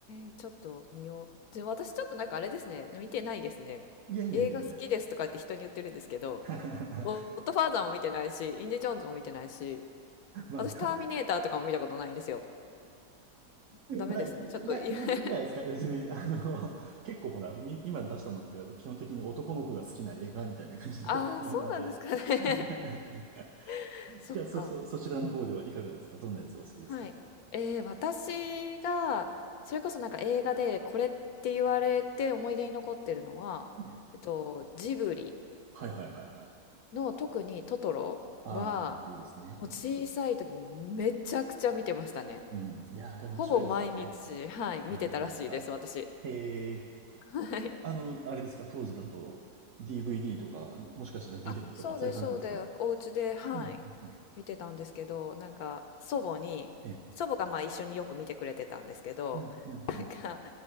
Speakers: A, on the left (about 70°); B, on the right (about 60°).
A: ー、ちょっと見よう。で、私ちょっとなんかあれですね、見てないですね。
B: いやいやいやいや。
A: 映画好きですとかって人に言ってるんですけど、
B: <laughs>
A: ゴッドファーザーも見てないし、インディ・ジョーンズも見てないし、
B: まあ、
A: 私ターミネーターとかも見たことないんですよ。
B: か、<laughs>
A: ダメですね。
B: まあ、いいや、
A: ちょっとい
B: いい、
A: <laughs>、
B: いいじゃないですか。別に、あの、結構ほら、み今出したのって基本的に男の子が好きな映画みたいな感じだったと思うので。
A: ああ、そうなんですかね。
B: <laughs>
A: <laughs> そっか。
B: じゃあ、そうそう、そちらの方ではいかがですかどんなやつお好きですか
A: はい。えー、私が、それこそなんか映画でこれって言われて思い出に残ってるのは、
B: うん
A: えっと、ジブリ
B: はいはいはいはい。
A: の特にトトロは、
B: ああ、いいですね。
A: もう小さい時にめちゃくちゃ見てましたね。
B: うん。いや、あれ面白いですよね。
A: ほぼ毎日、はい、見てたらしいです、
B: はいはいはい。
A: 私。
B: へえ、
A: はい。
B: あの、あれですか、当時だと DVD とか、もしかしたらビデオとか、
A: あ、そうです、
B: そういう感じですか
A: そうです。お家で、はい、
B: うん。うんうん
A: 見てたんですけど、なんか、祖母に、
B: ええ
A: 祖母がまあ一緒によく見てくれてたんですけど、
B: うん、うん、
A: なんか、
B: うん。